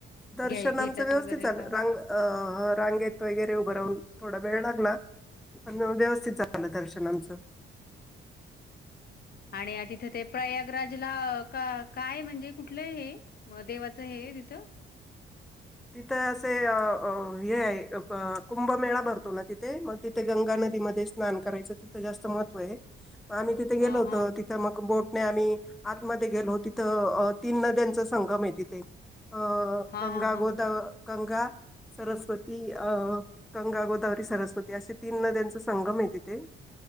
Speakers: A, in the centre; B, on the left (about 50°).
A: दर्शन
B: घ्याय घेतात
A: आमचं व्यवस्थित
B: वगैरे
A: झालं
B: काय?
A: रांग अ.. रांगेत वगैरे उभं राहून थोडा वेळ लागला. पण व्यवस्थित झाल दर्शन आमचं.
B: आणि तिथं ते प्रयागराजला का-काय म्हणजे. कुठलं हे म देवाचं हे? हे तिथं
A: तिथ असे अ हे हाय अप कुंभमेळा भरतो ना तिथे, मग तिथे गंगा न दी मध्ये च स्नान करायचं तिथं जास्त महत्व आहे, हे आम्ही तिथे गेलो
B: हां,
A: होतो
B: हां.
A: तिथं मग बो ने आम्ही आतमध्ये गेलो तिथं अ अ तीन नद्यांचा संगम आहे तिथे. अ
B: हां,
A: गंगा
B: हां, हां.
A: गोत गंगा, सरस्वती अ गंगा, गोदावरी, सरस्वती असे तीन नद्यांचा संगम गम हाय तिथे,